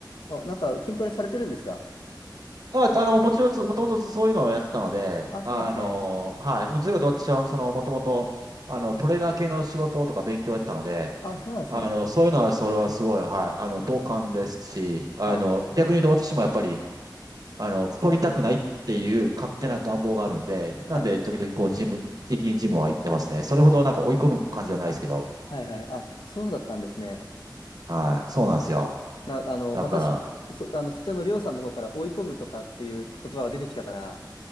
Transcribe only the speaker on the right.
あ、あの、もちろん、もともとそういうのをやってたので、
あの、
はい。どちらかというと私は、その、もともと、あの、トレーナー系の仕事とか勉強をやってたので、
あの、そういうのは、それはすごい、はい。あの、同感ですし、あの、
逆に言うと私もやっぱり、あの、太りたくないっていう勝手な願望があるんで、
なんで、時々、こう、ジム、定期的にジムは行ってますね。それほどなんか追い込む感じはないですけど、
はい。そうなんですよ。
だから、